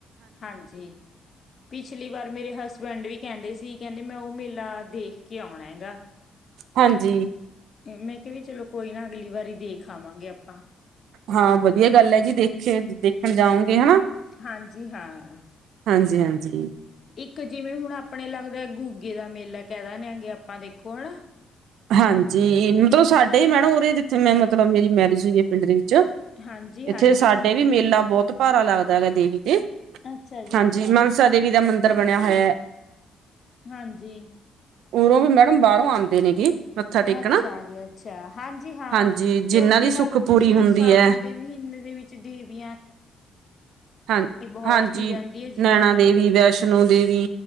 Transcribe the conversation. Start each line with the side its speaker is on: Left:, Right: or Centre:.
Left: ਹਾਂਜੀ ਪਿਛਲੀ ਵਾਰ ਮੇਰੇ ਹਸਬੈਂਡ ਵੀ ਕਹਿੰਦੇ ਸੀ। ਕਹਿੰਦੇ ਮੈਂ ਉਹ ਮੇਲਾ ਦੇਖ ਕੇ ਆਉਣਾ ਹੈਗਾ।
Right: ਹਾਂਜੀ
Left: ਮੈਂ ਕਿਹਾ ਵੀ ਚਲੋ ਕੋਈ ਨਾ ਅਗਲੀ ਵਾਰੀ ਦੇਖ ਆਵਾਂਗੇ ਆਪਾਂ
Right: ਹਾਂ ਵਧੀਆ ਗੱਲ ਹੈ, ਜੀ ਦੇਖੇ ਦੇਖਣ ਜਾਓਗੇ ਹਨਾ।
Left: ਹਾਂਜੀ ਹਾਂ
Right: ਹਾਂਜੀ ਹਾਂਜੀ
Left: ਇੱਕ ਜਿਵੇਂ ਹੁਣ ਆਪਣੇ ਲੱਗਦਾ। ਗੁੱਗੇ ਦਾ ਮੇਲਾ ਕਹਿ ਦਦੇਿਆਂਗੇ ਆਪਾਂ ਦੇਖੋ ਹਨਾ।
Right: ਹਾਂਜੀ ਮਤਲਬ ਸਾਡੇ ਹੀ ਮੈਡਮ ਉਰੇ ਜਿੱਥੇ ਮੈਂ ਮਤਲਬ ਮੇਰੀ ਮੈਰਿਜ ਹੋਈ ਹੈ ਪਿੰਡ ਦੇ
Left: ਹਾਂਜੀ-ਹਾਂਜੀ,
Right: ਇੱਥੇ ਸਾਡੇ ਵੀ ਮੇਲਾ ਬਹੁਤ ਭਾਰਾ ਲੱਗਦਾ ਹੈਗਾ ਦੇਵੀ ਤੇ
Left: ਅੱਛਾ ਜੀ
Right: ਹਾਂਜੀ
Left: ਅੱਛਾ,
Right: ਮਾਨਸਾ ਦੇਵੀ ਦਾ ਮੰਦਿ ਅੰਧਦਰ ਬਣਿਆ ਹੋਇਆ।
Left: ਹਾਂਜੀ
Right: ਉਰੋਂ ਵੀ ਮੈਡਮ ਬਾਹਰੋਂ ਆਂਦੇ ਨੇਗੇ। ਮੱਥਾ ਟੇਕਣਾ
Left: ਅੱਛਾ ਜੀ ਅੱਛਾ, ਹਾਂਜੀ ਹਾਂ
Right: ਹਾਂਜੀ
Left: ਕਿਉਂਕਿ
Right: ਜਿੰਨਾਂ ਦੀ
Left: ਲਾ
Right: ਸੁੱਖ
Left: ਲਓ
Right: ਪੂਰੀ
Left: ਤੁਸੀਂ
Right: ਹੁੰਦੀ
Left: ਸਾਵਣ
Right: ਹੈ
Left: ਦੇ ਮਹੀਨੇ ਦੇ ਵਿੱਚ ਦੇਵੀਆਂ
Right: ਹਾਂ
Left: ਦੀ ਬਹੁਤ
Right: ਹਾਂਜੀ
Left: ਹੀ ਜਾਂਦੀ ਹੈ ਜਿੱਦਾਂ
Right: ਨੈਣਾ ਦੇਵੀ, ਵੈਸ਼ਨੋ ਵੈਸ਼ਨੋ ਦੇਵੀ